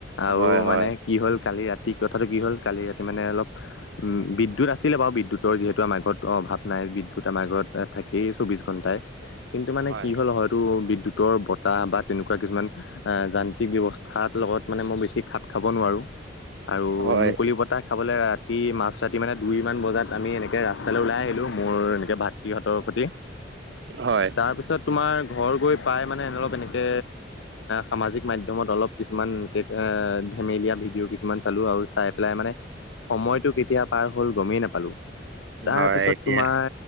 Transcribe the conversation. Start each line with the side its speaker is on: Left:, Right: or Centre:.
Left: আৰু
Right: হয় হয়
Left: মানে কি হ'ল কালি ৰাতি কথাটো কি হ'ল কালি ৰাতি মানে অলপ উম বিদ্যুৎ আছিলে বাও বিদ্যুৎৰ যিহেতু আমাৰ ঘৰত অভাৱ নাই। বিদ্যুৎ আমাৰ ঘৰত থাকেই চৌবিশ ঘণ্টাই কিন্তু মানে
Right: হয়
Left: কি হল হয়তো উত্তৰ বতাহ বা তেনেকুৱা কিছুমান যান্ত্ৰিক ব্যৱস্থাৰ লগত মানে মই বেছি খাত খাব নোৱাৰোঁ আৰু
Right: হয়
Left: মুকলি বতাহ খাবলৈ ৰা ৰাতি মাছ ৰাতি মানে দুই মান বজাত আমি এনেকে ৰাস্তালৈ ওলাই আহিলো মোৰ এনেকে ভাতৃহঁতৰ সৈতে
Right: হয়
Left: তাৰপিছত তোমাৰ ঘৰ গৈ প্ৰায় মানে অলপ এনেকে সামাজিক মাধ্যমত অলপ কিছুমান এনেকে ধেমেলীয়া ভিডিঅ' কিছুমান চালো আৰু চাই পেলাই মানে সময়তটো কেতিয়া পাৰ হ'ল গমেই নাপালো তাৰ
Right: হয়
Left: পাছত
Right: এতিয়া
Left: তোমাৰ